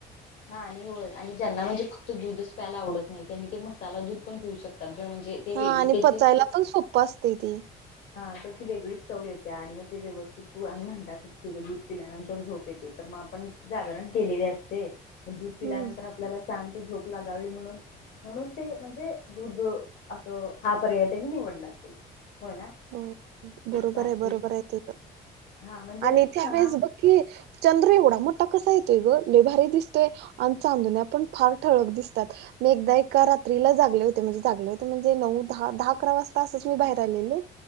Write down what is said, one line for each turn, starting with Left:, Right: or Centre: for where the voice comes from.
Left: हा आणि होय आणि ज्यांना म्हणजे फक्त दूधच प्यायला आवडत नाही त्यांनी ते मसाला दूध पण पिऊ शकत. शब् म्हणजे ते वेगळी
Right: हा आणि
Left: त्याची
Right: पचायला पण सोपं असते ती
Left: हा त्याची वेगळीच येत आणि मग ते व्यवस्थित म्हणतात दूध पल्यानंतर झोप येते तर मग आपण जारण असते दूध पिल्यानंतर
Right: हम्म
Left: आपल्याला शांत झोप लागावी म्हणून म्हणून ते म्हणजे दूध असं हा पर्याय त्यांनी निवडला. असेल होय ना
Right: हो बरोबर
Left: बाकी
Right: आहे बरोबर आहे तुझं.
Left: हा म्हणजे
Right: आणि त्यावेेळेस
Left: सणा
Right: बघ की चंद्र एवढा मोठ आता कसा येतोय लयभारी दिसतोय आणि चांदण्या पण फार ठळक दिसतात मी एकदा एका रात्री रात्रीला जागले होते म्हणजेगले होते म्हणजे नऊ दहा दहा अकरा वाजता असंच मी बाहेर आलेले